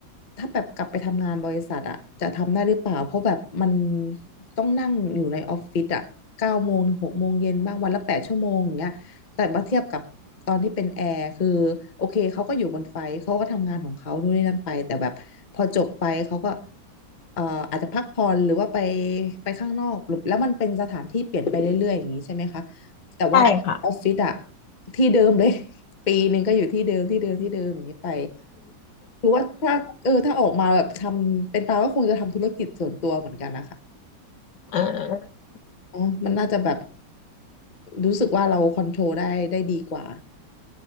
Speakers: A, on the left; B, on the left.
A: ถ้าแบบกลับไปทำงานบริษัทอะจะทำได้หรือเปล่าเพราะแบบมันต้องนั่งอยู่ในออฟฟิศอะเก้าโมงถึงหกโมงเย็นบ้างวันละแปดชั่วโมงอย่างเงี้ย แต่มาเทียบกับตอนที่เป็นแอร์คือโอเคเขาก็อยู่บนไฟท์เขาก็ทำงานของเขานู่นนี่นั่นไปแต่แบบพอจบไปเขาก็เอ่ออาจจะพักผ่อนหรือว่าไปไปข้างนอกหรือแล้วมันเป็นสถานที่เปลี่ยนไปเรื่อยๆอย่างนี้ใช่ไหมคะแต่ว่าถ้าออฟฟิศอะ
B: ใช่ค่ะ
A: ที่เดิมเลย <laughs> ปีหนึ่งก็อยู่ที่เดิมที่เดิมที่เดิมอย่างนี้ไปคือว่าถ้าเออถ้าออกมาแบบทำเป็นตาก็คงจะทำธุรกิจส่วนตัวเหมือนกันนะคะ
B: อ่า
A: อ๋อมันน่าจะแบบรู้สึกว่าเราคอนโทรลได้ได้ดีกว่า